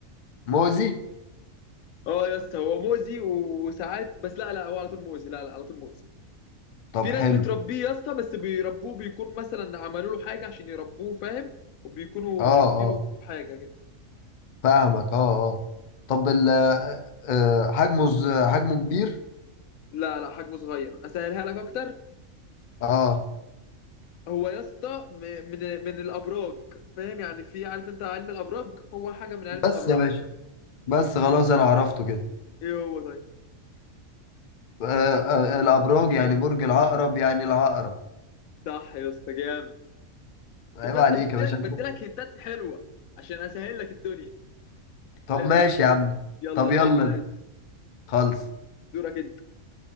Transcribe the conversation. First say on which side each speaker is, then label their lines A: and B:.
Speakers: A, on the left; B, on the left.
A: مؤذي
B: اه يا اسطى هو مؤذي وساعات بس لا لا هو على طول مؤذي لا لا على طول مؤذي
A: طب
B: في
A: حلو
B: ناس بتربيه يا اسطى بس بيربوه بيكون مثلا عملوا له حاجه عشان يربوه فاهم وبيكونوا
A: اه
B: حاطينه
A: اه
B: في حاجه كده
A: فاهمك اه اه طب ال آه، آه، حجمه ز- حجمه كبير
B: لا لا حجمه صغير اسهلها لك اكتر
A: اه
B: هو يا اسطى م- من من الابراج فاهم يعني في عارف انت علم الابراج هو حاجه من علم
A: بس
B: الابراج
A: يا باشا بس خلاص انا عرفته كده
B: ايه هو طيب
A: آه، آه، الابراج يعني برج العقرب يعني العقرب
B: صح يا اسطى جامد
A: عيب
B: شوف يا
A: عليك
B: اسطى بديلك
A: يا باشا أنا-
B: بديلك هنتات حلوه عشان اسهل لك الدنيا
A: طب
B: حلو
A: ماشي
B: ده
A: يا عم
B: يلا
A: طب
B: 4
A: يلا
B: 3
A: انت. خلص
B: دورك انت